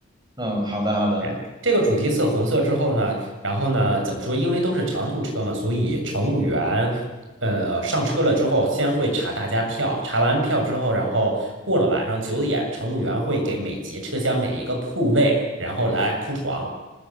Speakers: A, on the right; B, on the right.
A: 嗯，好的好的，
B: 哎，这个主题色红色之后呢，然后呢，怎么说？因为都是长途车嘛，所以乘务员，呃，上车了之后，先会查大家票，查完票之后，然后过了晚上九点，乘务员会给每节车厢每一个铺位，然后来铺床，